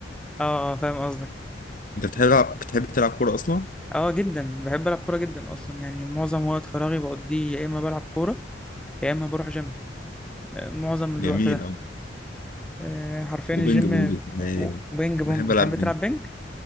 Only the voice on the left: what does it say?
انت بتحب تلعب بتحب تلعب كوره اصلا
جميل
أوي
وبينج
بونج كمان
بحب
العب
بينج